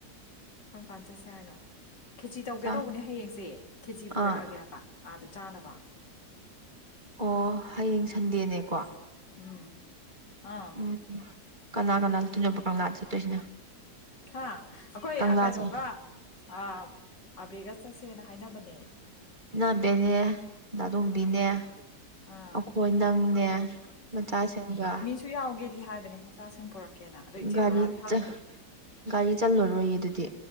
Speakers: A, on the left; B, on the right.
A: ꯀꯔꯝ ꯀꯥꯟ ꯆꯠꯁꯦ ꯍꯥꯏꯅꯣ ꯈꯦꯆꯤ ꯇꯧꯒꯦ
B: ꯆꯥ
A: ꯇꯧꯕꯅꯦ ꯍꯌꯦꯡꯁꯦ ꯈꯦꯆꯤ
B: ꯑꯥ
A: ꯄꯨꯔꯛꯑꯒꯦ ꯍꯥꯏꯕ ꯑꯥꯗ ꯆꯥꯅꯕ
B: ꯑꯣ ꯍꯌꯦꯡ ꯁꯟꯗꯦꯅꯦꯀꯣ
A: ꯎꯝ ꯑꯥ
B: ꯎꯝ ꯎꯝ ꯀꯅꯥ ꯀꯅꯥ ꯆꯠꯇ‌ꯣꯏꯅ‌ꯣꯕ ꯀꯪꯂꯥꯗ ꯆꯠꯇꯣꯏꯁꯤꯅ
A: ꯍꯥ ꯑꯩꯈꯣꯏ
B: ꯀꯪꯂꯥꯁꯦ
A: ꯀꯩꯅꯣꯒ ꯑ ꯑꯕꯦꯒ ꯆꯠꯁꯦꯅ ꯍꯥꯏꯅꯕꯅꯦ
B: ꯅꯥꯟꯕꯦꯅꯦ ꯗꯥꯗꯣꯝꯕꯤꯅꯦ
A: ꯑꯥ ꯑꯥ
B: ꯑꯩꯈꯣꯏ ꯅꯪꯅꯦ ꯃꯆꯥꯁꯤꯡꯒ
A: ꯨ ꯌꯥꯎꯒꯦꯗꯤ ꯍꯥꯏꯕꯅꯦ ꯃꯆꯥꯁꯤꯡ ꯄꯨꯔꯛꯀꯦꯅ ꯑꯗꯣ ꯏꯆꯦꯜ
B: ꯒꯥꯔꯤ
A: ꯂꯨꯔꯥꯗꯤ ꯍꯪꯗ꯭ꯔꯤ
B: ꯆ ꯒꯥꯔꯤ ꯆꯜꯂꯔꯣꯏꯌꯦ ꯑꯗꯨꯗꯤ